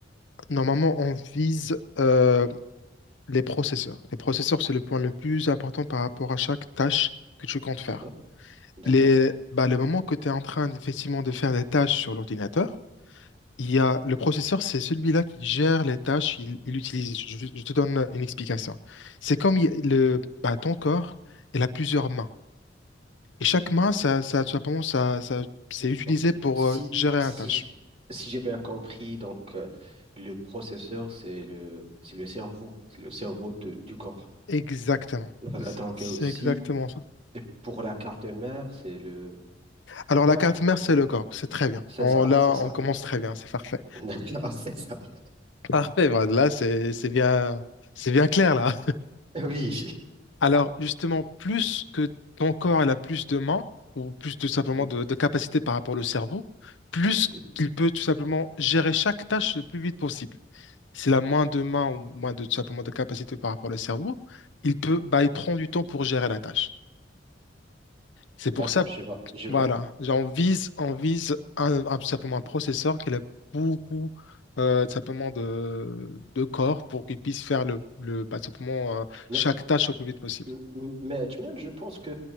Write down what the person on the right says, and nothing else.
D'accord, d'accord.
Donc,
si,
si
j'ai si j'ai bien compris, donc, euh, le processeur, c'est le, c'est le cerveau, c'est le cerveau de- du corps.
Voilà, donc
euh, aussi,
et pour la carte mère, c'est le,
le corps?
C'est
ça,
c'est ça.
<laughs> D'accord, c'est ça. <laughs>
Oui,
oui,
oui.
D'accord,
je vois, je vois.
Mais,
m- m- mais tu vois, je pense que